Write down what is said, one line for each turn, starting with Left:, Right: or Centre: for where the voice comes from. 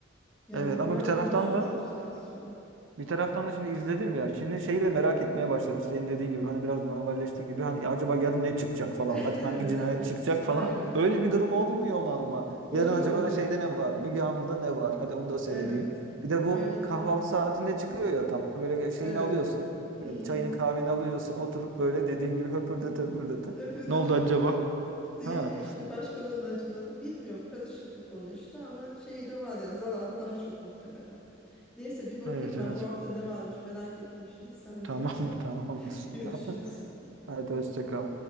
Centre: Yani
Right: Evet
Centre: güven
Right: ama bir taraftan
Centre: duygusunu
Right: da
Centre: çok sarsıyor.
Right: Bir taraftan da şimdi izledim ya. Şimdi şeyi de merak etmeye başladım. Senin dediğin gibi hani biraz normalleşti gibi. Hani acaba yarın ne çıkacak
Centre: <laughs>
Right: falan.
Centre: Değil
Right: Hadi hangi
Centre: mi?
Right: cinayet
Centre: Değil mi?
Right: çıkacak
Centre: Aynen.
Right: falan. Öyle bir durum olmuyor mu ama?
Centre: Oluyor
Right: Yarın acaba
Centre: oluyor.
Right: şeyde ne var? Müge Anlı'da ne var? Hadi onu da seyredeyim.
Centre: Evet.
Right: Bir de
Centre: Aynen
Right: bu kahvaltı
Centre: öyle.
Right: saatinde çıkıyor ya tam. Ha Böyle şeyini
Centre: Evet.
Right: alıyorsun.
Centre: Hmm.
Right: Böyle çayını kahveni alıyorsun. Oturup böyle dediğin gibi höpürdete höpürdete.
Centre: öpüldü
Right: Ne oldu
Centre: öpüldü
Right: acaba?
Centre: deyip
Right: Ha.
Centre: işte başkalarının acıları bilmiyorum karışık bir konu işte ama şeyi de var yani zararı daha çok muhtemelen. Neyse bir bakayım
Right: Evet
Centre: ben
Right: evet.
Centre: bu hafta ne varmış merak ettim şimdi sen
Right: Tamam
Centre: deyince
Right: <laughs> tamamdır.
Centre: <laughs> görüşürüz.
Right: <laughs> Hadi hoşça kal.